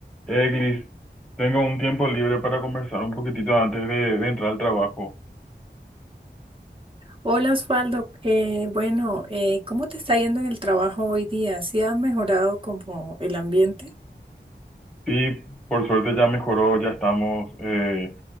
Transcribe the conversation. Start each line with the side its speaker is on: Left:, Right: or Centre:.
Centre: Eh, Gris, tengo un tiempo libre para conversar un poquitito antes de, de entrar al trabajo.
Right: Hola Osvaldo, Eh, bueno, eh, ¿cómo te está yendo en el trabajo hoy día? ¿Sí ha mejorado como el ambiente?
Centre: Y por suerte ya mejoró, ya estamos, eh,